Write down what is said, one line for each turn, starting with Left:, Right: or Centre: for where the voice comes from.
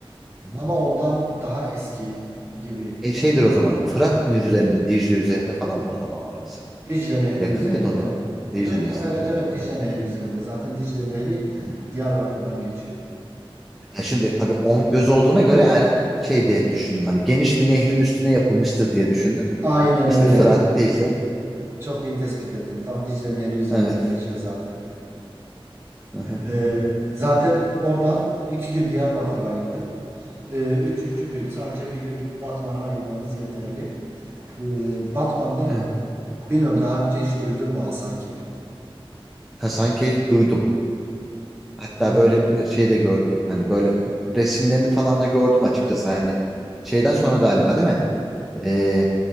Centre: Hı-hı.
Right: Ama ondan daha eski gibi
Centre: E şeydir o zaman. Fırat mı üzerinde, Dicle üzerinde falan mı o zaman orası?
Right: Dicle Nehri
Centre: Yakın
Right: üzerinde.
Centre: mıydı onlara?
Right: Yo,
Centre: Dicle Nehri
Right: ta- evet
Centre: üzerinde.
Right: evet
Centre: Anladım.
Right: Dicle Nehri üzerinde. Zaten Dicle Nehri
Centre: Hı-hı.
Right: Diyarbakır'dan geçiyor.
Centre: E şimdi tabii On Göz olduğuna göre yani şey diye düşündüm. Hani geniş bir nehrin üstüne yapılmıştır diye düşündüm.
Right: Aynen
Centre: İşte
Right: öyle.
Centre: Fırat, Dicle.
Right: Çok iyi tespit ettin. Tam Dicle Nehri üzerinden
Centre: Evet.
Right: geçiyor zaten.
Centre: Aha,
Right: Ee, zaten oradan iki gün Diyarbakır'a ayırdık. Ee, üçüncü gün sadece bir gün Batman'a ayırmamız yeterli. Ee, Batman'da
Centre: evet.
Right: e, bilmiyorum daha önce hiç duydun mu Hasankeyf'i?
Centre: Hasankeyf duydum. Hatta
Right: Ee,
Centre: böyle bir şey de gördüm. Hani böyle resimlerini falan da gördüm açıkçası. Hani şeyden sonra galiba değil mi? Ee,